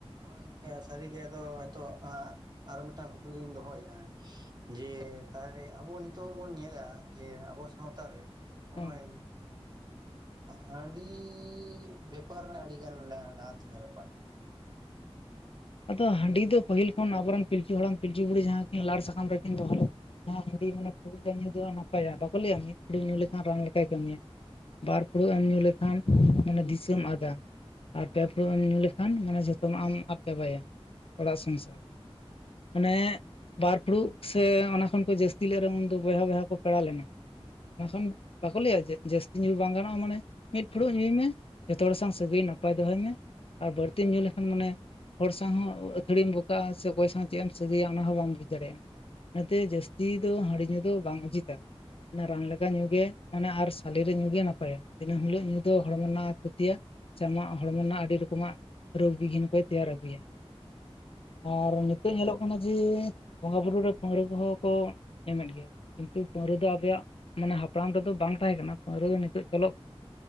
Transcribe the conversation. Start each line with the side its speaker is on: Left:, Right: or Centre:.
Right: ᱦᱳᱭ ᱜᱚᱝᱠᱮ ᱥᱟᱹᱨᱤᱜᱮ ᱟᱫᱚ ᱱᱤᱛᱳᱜ ᱟᱨᱚ ᱢᱤᱫᱴᱟᱝ ᱠᱩᱠᱞᱤᱧ ᱫᱚᱦᱚᱭᱮᱫᱼᱟ ᱡᱮ ᱛᱟᱦᱮ ᱟᱵᱚ ᱱᱤᱛᱚᱜ ᱵᱚᱱ ᱧᱮᱞᱟ ᱡᱮ ᱟᱵᱚ ᱥᱟᱶᱛᱟ ᱨᱮ ᱦᱚᱸᱜ
Left: ᱦᱮᱸ
Right: -ᱚᱭ ᱦᱟᱺᱰᱤ ᱵᱮᱯᱟᱨ ᱨᱮᱱᱟᱜ ᱟᱹᱰᱤ ᱜᱟᱱ ᱞᱟᱦᱟ ᱞᱟᱦᱟᱛᱤ ᱧᱮᱞᱚᱜ ᱠᱚᱟᱱᱟ
Left: ᱟᱫᱚ ᱦᱟᱺᱰᱤ ᱫᱚ ᱯᱟᱹᱦᱤᱞ ᱠᱷᱚᱱ ᱟᱵᱚᱨᱮᱱ ᱯᱤᱞᱪᱩ ᱦᱟᱲᱟᱢ ᱯᱤᱞᱪᱩ ᱵᱩᱲᱦᱤ ᱡᱟᱦᱟᱸ ᱠᱤᱱ ᱞᱟᱲ ᱥᱟᱠᱟᱢ ᱨᱮᱠᱤᱱ ᱫᱚᱦᱚ ᱞᱮᱫ ᱦᱟᱺᱰᱤ ᱢᱟᱱᱮ ᱯᱷᱩᱲᱩᱜ ᱨᱮ ᱧᱩ ᱫᱚ ᱱᱟᱯᱟᱭᱟ ᱵᱟᱠᱚ ᱞᱟᱹᱭᱟ ᱢᱤᱫ ᱯᱷᱩᱲᱩᱜ ᱧᱩ ᱞᱮᱠᱷᱟᱱ ᱨᱟᱱ ᱞᱮᱠᱟᱭ ᱠᱟᱹᱢᱤᱭᱟ ᱵᱟᱨ ᱯᱷᱩᱲᱩᱜ ᱮᱢ ᱧᱩ ᱞᱮᱠᱷᱟᱱ ᱢᱟᱱᱮ ᱫᱤᱥᱟᱹᱢ ᱟᱫᱟ ᱟᱨ ᱯᱮ ᱯᱮ ᱮᱢ ᱞᱮᱠᱷᱟᱱ ᱢᱟᱱᱮ ᱡᱷᱚᱛᱚᱢᱼᱟᱜ ᱟᱫ ᱪᱟᱵᱟᱭᱟ ᱚᱲᱟᱜ ᱥᱚᱝᱥᱟᱨ ᱢᱟᱱᱮ ᱵᱟᱨ ᱯᱷᱩᱲᱩᱜ ᱥᱮ ᱚᱱᱟ ᱠᱷᱚᱱ ᱠᱚ ᱡᱟᱹᱥᱛᱤ ᱞᱮᱨᱮᱦᱚᱸ ᱩᱱᱫᱚ ᱵᱚᱭᱦᱟ ᱵᱚᱭᱦᱟ ᱠᱚ ᱯᱮᱲᱟ ᱞᱮᱱᱟ <unintelligible> ᱵᱟᱠᱚ ᱞᱟᱹᱭᱟ ᱡᱮ ᱡᱟᱹᱥᱛᱤ ᱧᱩ ᱵᱟᱝ ᱜᱟᱱᱚᱜᱼᱟ ᱢᱟᱱᱮ ᱢᱤᱫ ᱯᱷᱩᱲᱩᱜ ᱧᱩᱭ ᱢᱮ ᱡᱚᱛᱚ ᱦᱚᱲ ᱥᱟᱝ ᱥᱟᱹᱜᱟᱹᱭ ᱱᱟᱯᱟᱭ ᱫᱚᱦᱚᱭ ᱢᱮ ᱟᱨ ᱵᱟᱹᱲᱛᱤᱢ ᱧᱩ ᱞᱮᱠᱷᱟᱱ ᱢᱟᱱᱮ ᱦᱚᱲ ᱥᱟᱶ ᱦᱚᱸ ᱟᱹᱛᱷᱟᱹᱲᱤᱢ ᱵᱚᱠᱟᱜᱼᱟ ᱥᱮ ᱚᱠᱚᱭ ᱥᱟᱶ ᱪᱮᱫ ᱮᱢ ᱥᱟᱹᱜᱟᱹᱭᱼᱟ ᱚᱱᱟ ᱦᱚᱸ ᱵᱟᱢ ᱵᱩᱡᱽ ᱫᱟᱲᱮᱭᱟᱜᱼᱟ ᱚᱱᱟᱛᱮ ᱡᱟᱹᱥᱛᱤ ᱫᱚ ᱦᱟᱺᱰᱤ ᱧᱩ ᱫᱚ ᱵᱟᱝ ᱩᱪᱤᱛᱟ ᱨᱟᱱ ᱞᱮᱠᱟ ᱧᱩ ᱜᱮ ᱢᱟᱱᱮ ᱟᱨ ᱥᱟᱞᱮ ᱨᱮ ᱧᱩ ᱜᱮ ᱱᱟᱯᱟᱭᱟ ᱫᱤᱱᱟᱹᱢ ᱦᱤᱞᱳᱜ ᱧᱩ ᱫᱚ ᱦᱚᱲᱢᱚ ᱨᱮᱱᱟᱜ ᱠᱷᱚᱛᱤᱭᱟ ᱪᱟᱢᱟᱜ ᱦᱚᱲᱢᱚ ᱨᱮᱱᱟᱜ ᱟᱹᱰᱤ ᱨᱚᱠᱚᱢᱟᱜ ᱨᱳᱜᱽ ᱵᱤᱜᱷᱤᱱ ᱠᱚᱭ ᱛᱮᱭᱟᱨ ᱟᱹᱜᱩᱭᱟ᱾ ᱟᱨ ᱱᱤᱛᱚᱜ ᱧᱮᱞᱚᱜ ᱠᱟᱱᱟ ᱡᱮ ᱵᱚᱸᱜᱟ ᱵᱩᱨᱩ ᱨᱮ ᱯᱟᱸᱦᱟᱹᱲᱟᱹ ᱠᱚᱦᱚᱸ ᱠᱚ ᱮᱢᱮᱫ ᱜᱮᱭᱟ ᱠᱤᱱᱛᱩ ᱯᱟᱹᱣᱨᱟᱹ ᱫᱚ ᱟᱵᱮᱭᱟᱜ ᱢᱟᱱᱮ ᱦᱟᱯᱲᱟᱢ ᱨᱮᱫᱚ ᱵᱟᱝ ᱛᱟᱦᱮᱸ ᱠᱟᱱᱟ ᱯᱟ. ᱣᱨᱟᱹ ᱫᱚ ᱱᱤᱛᱚᱜ ᱪᱚᱞᱚᱜ